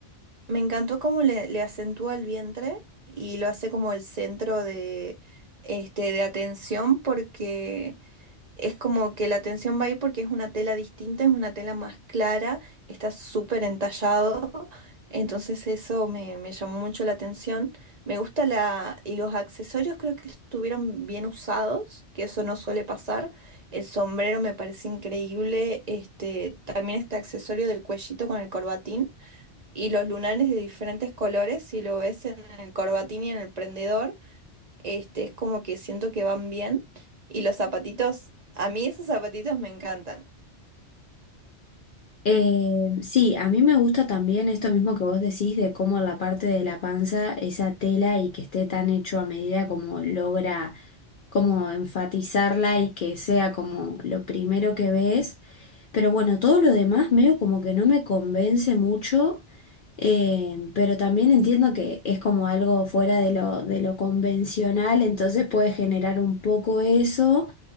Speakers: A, on the right; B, on the left.
A: Me encantó cómo le, le acentúa el vientre y lo hace como el centro de, este, de atención porque es como que la atención va ahí porque es una tela distinta, es una tela más clara, está súper entallado. Entonces eso me, me llamó mucho la atención. Me gusta la... Y los accesorios creo que estuvieron bien usados, que eso no suele pasar. El sombrero me parece increíble. Este, también este accesorio del cuellito con el corbatín. Y los lunares de diferentes colores, si lo ves en el corbatín y en el prendedor, este, es como que siento que van bien. Y los zapatitos, a mí esos zapatitos me encantan.
B: Eh, sí, a mí me gusta también esto mismo que vos decís de cómo la parte de la panza, esa tela y que esté tan hecho a medida como logra como enfatizarla y que sea como lo primero que ves. Pero bueno, todo lo demás medio como que no me convence mucho Eh, pero también entiendo que es como algo fuera de lo, de lo convencional, entonces puede generar un poco eso.